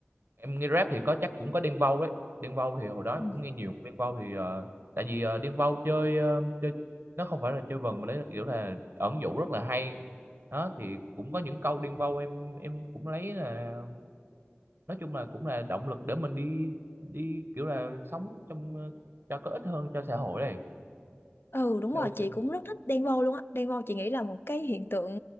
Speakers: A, on the right; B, on the left.
A: em nghe rap thì có chắc cũng có Đen Vâu đấy Đen Vâu thì hồi đó em
B: Ừ.
A: cũng nghe nhiều Đen Vâu thì ờ, tại vì ờ, Đen Vâu chơi ờ, chơi nó không phải là chơi vần mà đấy là kiểu là ẩn dụ rất là hay đó thì cũng có những câu Đen Vâu em em cũng lấy là nói chung là cũng là động lực để mình đi đi kiểu là sống trong ờ, cho có ích hơn cho xã hội này
B: Ừ đúng rồi
A: Ok.
B: chị cũng rất thích Đen Vâu luôn á Đen Vâu chị nghĩ là một cái hiện tượng